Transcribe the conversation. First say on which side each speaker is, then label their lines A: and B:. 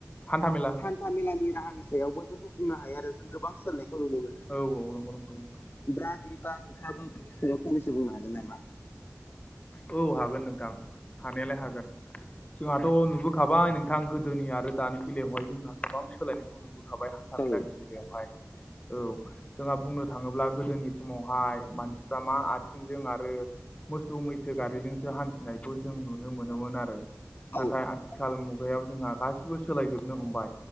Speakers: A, on the left; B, on the left.
A: हान्थाामेला
B: तामेलानि राहानि सायाव बैफोरखौ बुंनो हायो आरो जों गोबां सोलोंनायखौ नुनो मोनो।
A: औ औ नंगौ नंगौ नंगौ।
B: दा बिब्ला नोंथाङाबो बिनि सायाव फंनैसो बुंनो हागोन नामा?
A: औ हागोन नोंथां हानायालाय हागोन जोंहाथ' नुबो खाबाय नोंथां गोदोनि आरो दानि बेलायावहाय जोंहा गोबां सोलायनाय नुबोखाबाय हान्था
B: औ
A: मेलानि बेलायावहाय औ जोंहा बुंनो थाङोब्ला गोदोनि समावहाय मानसिफ्रा मा आथिंजों आरो मोसौ मैसो गारिजोंसो हान्थिनायखौ जों नुनो मोनोमोन आरो। नाथाय
B: औ
A: आथिखाल मुगायायावो जोंहा गासिबो सोलायजोबनो हमबाय।